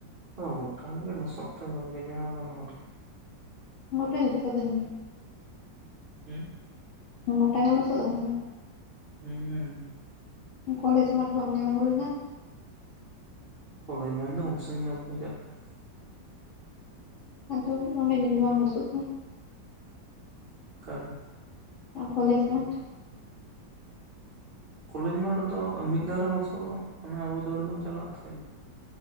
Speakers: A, on the right; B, on the left.
A: ᱚ ᱜᱚᱴᱟ ᱜᱮ ᱞᱚᱥᱚᱫ ᱛᱮ ᱵᱮᱡᱵᱮᱡᱟ ᱠᱟᱱᱟ ᱟᱨᱠᱤ
B: ᱢᱚᱴᱟ ᱜᱮ ᱞᱚᱥᱚᱫ ᱠᱟᱱᱟ
A: ᱦᱮᱸ
B: ᱜᱚᱴᱟ ᱜᱮ ᱞᱚᱥᱚᱫ ᱟᱠᱟᱱᱟ
A: ᱦᱩᱸ ᱦᱩᱸ
B: ᱠᱚᱞᱮᱡ ᱢᱟᱴᱷᱚ ᱵᱟᱢ ᱧᱮᱞ ᱟᱹᱜᱩ ᱞᱮᱫᱟ
A: ᱠᱚᱞᱮᱡ ᱢᱟᱴᱷᱚ ᱫᱚ ᱩᱱ ᱥᱟᱹᱜᱤᱧ ᱫᱚ ᱚᱠᱚᱭ ᱪᱟᱜ ᱠᱟᱱᱟ
B: ᱟᱫᱚ ᱚᱸᱰᱮ ᱡᱩᱫᱤ ᱵᱟᱝ ᱞᱚᱥᱚᱫ ᱟ
A: ᱠᱟᱴ
B: ᱠᱚᱞᱮᱡ ᱢᱟᱴᱷᱚ
A: ᱠᱚᱞᱮᱡ ᱢᱟᱴᱷᱚ ᱫᱚ ᱢᱤᱫ ᱫᱷᱟᱣ ᱨᱮ ᱞᱚᱥᱚᱫᱚᱜ ᱟ ᱢᱟᱱᱮ ᱟᱵᱚ ᱫᱟᱹᱲ ᱵᱚᱱ ᱪᱟᱞᱟᱜ ᱛᱟᱦᱮᱸᱡ